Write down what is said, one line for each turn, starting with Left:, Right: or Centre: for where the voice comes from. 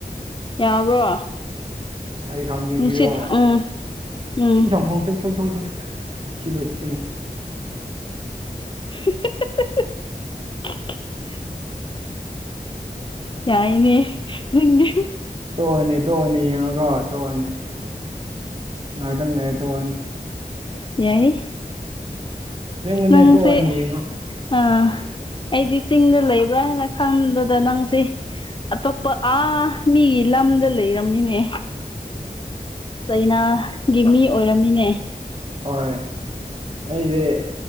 Left: ꯌꯥꯕ꯭ꯔꯣ
Right: ꯑꯩ ꯈꯪꯕꯤꯒꯤꯔꯣ
Left: ꯅꯨꯡꯁꯤꯠ ꯎꯝ ꯎꯝ
Right: ꯏꯁꯤꯡ ꯆꯪꯐꯝ ꯆ <unintelligible> ꯁꯤꯂꯁꯤ
Left: <inaudible> ꯌꯥꯏꯅꯦ ꯅꯤꯡꯪ
Right: ꯇꯣꯛꯑꯅꯤ ꯇꯣꯛꯑꯅꯤ ꯌꯦꯡꯉꫭꯒꫭ ꯇꯣꯛꯑꯅꯤ ꯉꯥꯏꯍꯥꯛꯇꯪ ꯂꯩꯔ ꯇꯣꯛꯑꯅꯤ
Left: ꯌꯥꯏꯍꯦ
Right: ꯑꯁꯦꯡꯕꯅꯦ
Left: ꯅꯪꯁꯦ
Right: ꯇꯣꯛꯑꯅꯤ ꯌꯦꯡꯉꯣ
Left: ꯑꯥ ꯑꯩꯗꯤ ꯆꯤꯡꯗ ꯂꯩꯕ꯭ꯔꯥ ꯍꯥꯏꯅ ꯈꯪꯕꯗ ꯅꯪꯁꯦ ꯑꯇꯣꯞꯄ ꯑꯥ ꯃꯤꯒꯤ ꯂꯝꯗ ꯂꯩꯔꯝꯃꯤꯅꯦ ꯆꯩꯅꯥꯒꯤ ꯃꯤ ꯑꯣꯏꯔꯝꯃꯤꯅꯦ
Right: ꯍꯣꯏ ꯑꯩꯁꯦ